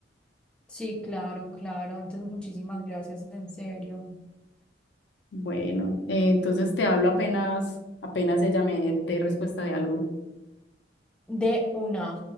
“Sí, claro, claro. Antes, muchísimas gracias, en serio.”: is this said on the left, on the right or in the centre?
Centre